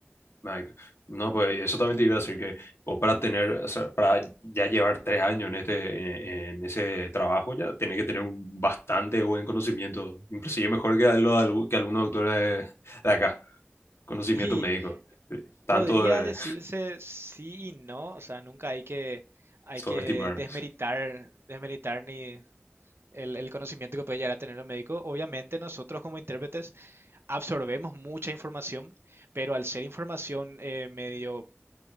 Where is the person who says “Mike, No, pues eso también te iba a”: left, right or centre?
Left